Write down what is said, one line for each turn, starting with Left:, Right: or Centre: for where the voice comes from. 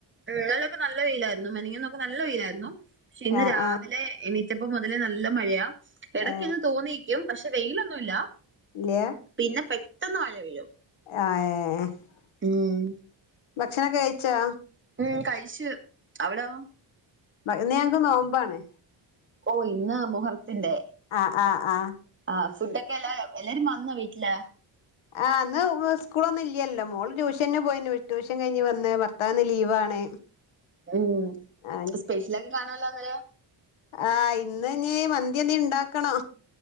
Right: ഇന്നലൊക്കെ നല്ല വെയിലായിരുന്നു മെനങ്ങാന്നൊക്കെ നല്ല വെയിലായിരുന്നു പക്ഷെ ഇന്ന്
Left: ആ
Right: രാവിലെ
Left: ആ
Right: എണീ റ്റപ്പോ മുതലേ നല്ല മഴയാ ഇടക്കൊന്ന്
Left: ഏ
Right: തോന്നിക്കും പക്ഷെ വെയിലൊന്നുല്ലാ
Left: ഇല്ല്യ
Right: പിന്നെ പെട്ടെന്ന് മഴ വീഴും
Left: ആഏ
Right: ഉം
Left: ഭക്ഷണൊക്കെ കഴിച്ചാ
Right: ഉം കഴിച്ച് അവിടോ?
Left: ഇന്ന് ഞങ്ങക്ക് നോമ്പാണ്
Right: ഓ ഇന്ന് മുഹർത്തിന്റെ
Left: ആ ആ ആ
Right: ആ ഫുഡൊക്കെല്ല എല്ലാരും വന്നോ വീട്ടില്
Left: ആ ന്ന് സ്കൂളൊന്നു ഇല്ലല്ലോ മോൾ ട്യൂഷ ന്നെ പോയി ട്യൂഷൻ കഴിഞ്ഞ് വന്ന് ഭർത്താവിന്ന് ലീവാണ്
Right: ഉം
Left: ആ
Right: സ്പെഷ്യലാകെ കാണല്ലോ ന്നലെ
Left: ആഹ് ഇന്നിനി മന്തി ഇണ്ടാക്കണോ